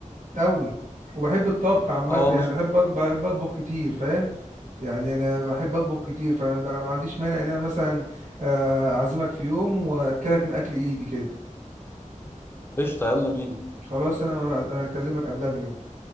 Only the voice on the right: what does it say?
قوي وبحب الطبخ عامة
يعني
بحب أط- بحب أطبخ كتير فاهم يعني أنا بحب أطبخ كتير فأنا ما عنديش مانع إن أنا مثلا آه، أعزمك في يوم وأكلك من أكل إيدي كده
خلاص أنا ه- هكلمك قبلها بيوم